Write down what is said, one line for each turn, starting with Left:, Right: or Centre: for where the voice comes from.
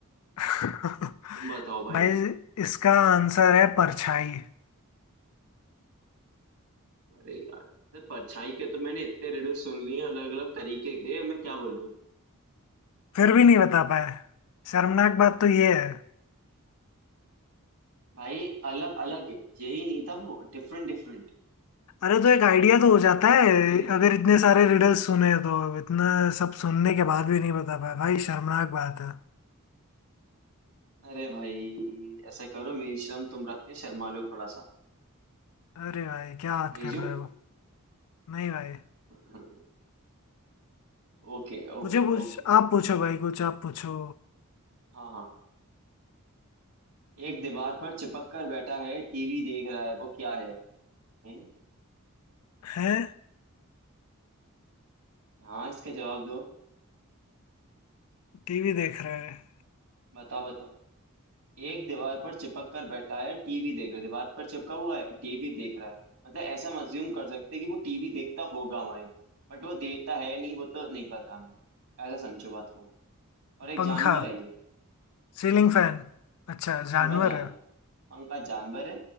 Left: <laughs>
Right: तुम बताओ भाई
Left: भाई इसका आंसर है परछाई
Right: अरे यार तो परछाई के तो मैंने इतने रिडल सुन लिए अलग अलग तरीके के मैं क्या बोलूं
Left: फिर भी नहीं बता पाए शर्मनाक बात तो ये है
Right: भाई अलग अलग यही नहीं था वो डिफरेंट डिफरेंट
Left: अरे तो एक आइडिया तो हो जाता है
Right: ये दिक्कत
Left: अगर
Right: है
Left: इतने सारे रिडल्स सुने तो इतना सब सुनने के बाद भी नहीं बता पाए भाई शर्मनाक बात है
Right: अरे भाई ऐसा करो मेरी शर्म तुम रख के शर्मा लो थोड़ा सा
Left: अरे भाई क्या बात
Right: भेजूं
Left: कर रहे हो नहीं भाई
Right: <laughs> Okay okay
Left: मुझे पूछ
Right: okay
Left: आप पूछो भाई कुछ आप पूछो
Right: हाँ हाँ एक दीवार पर चिपक कर बैठा है टीवी देख रहा है वो क्या है हैं?
Left: हैं
Right: हाँ इसका जवाब दो
Left: टीवी देख रहे हैं
Right: बताओ बताओ एक दीवार पर चिपक कर बैठा है टीवी देख रहा है दीवार पर चिपका हुआ है और टीवी देख रहा है मतलब ऐसा मज्यूम कर सकते हैं कि वो टीवी देखता होगा हमारी बट वो देखता है नहीं वो तो नहीं पता हमें ऐसा समझो बात को और एक
Left: पंखा
Right: जानवर है ये
Left: Ceiling fan अच्छा
Right: पंखा
Left: जानवर
Right: जान
Left: है
Right: पंखा जानवर है